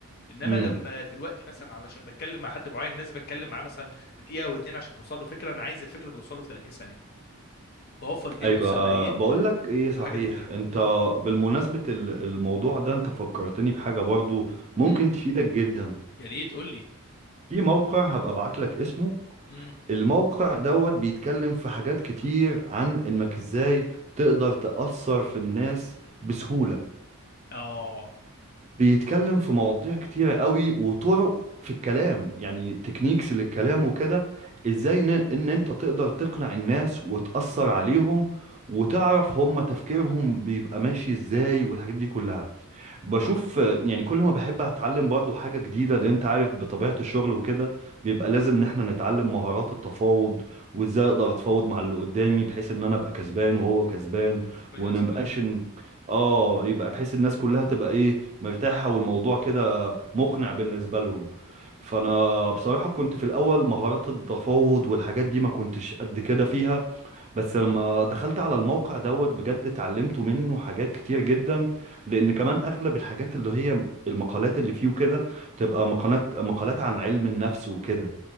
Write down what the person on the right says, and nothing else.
إمم.
ايوه
بقول لك ايه صحيح
انت
بالمناسبه ال- الموضوع ده انت فكرتني بحاجه برضو
ممكن تفيدك جدا
في موقع هبقى ابعت لك اسمه
الموقع دوت بيتكلم في حاجات كتير عن انك ازاي تقدر تأثر في الناس بسهوله
بيتكلم في مواضيع كتيرة قوي وطرق في الكلام يعني تكنيكس للكلام وكده ازاي ن- ان انت تقدر تقنع الناس وتأثر عليهم وتعرف هم تفكيرهم بيبقى ماشي ازاي والحاجات دي كلها بشوف آه، يعني كل ما بحب اتعلم برضو حاجة جديدة لان انت عارف بطبيعة الشغل وكده بيبقى لازم ان احنا نتعلم مهارات التفاوض وازاي اقدر اتفاوض مع اللي قدامي بحيث ان انا ابقى كسبان وهو كسبان
ونبقاش
ان اه يبقى بحيث الناس كلها تبقى ايه مرتاحة والموضوع كده مقنع بالنسبة لهم فانا بصراحة كنت في الاول مهارات التفاوض والحاجات دي ما كنتش قد كده فيها بس لما دخلت على الموقع دوت بجد اتعلمت منه حاجات كتير جدا لان كمان اغلب الحاجات اللي هي المقالات اللي فيه وكده تبقى مقالات مقالات عن علم النفس وكده